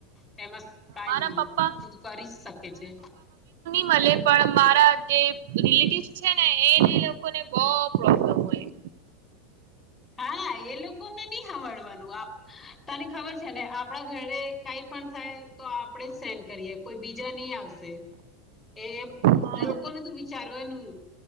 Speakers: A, on the left; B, on the right.
A: તેમાં કાઈ
B: મારા
A: ની
B: પપ્પા
A: તું કરી જ શકે છે.
B: મલે પણ મારા જે રિલેટિવસ છે ને એને લોકોને બો પ્રોબ્લેમ હોય
A: હા એ લોકોને ની હાભળવાનું આ તને ખબર છે ને આપ આપણા ઘરે કાઈ પણ થાય તો આપણેે સેન કરીએ કોઈ બીજા ની આવશે એ
B: હા
A: લોકોને તો વિચારવાનું